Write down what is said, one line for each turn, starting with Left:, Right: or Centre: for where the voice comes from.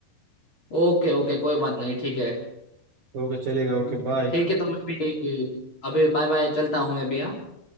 Left: ओके ओके कोई बात नहीं ठीक है
Right: ओके चलेगा ओके बाय
Left: ठीक है तो मैं भी अभी बाय बाय चलता हूँ मैं भी हाँ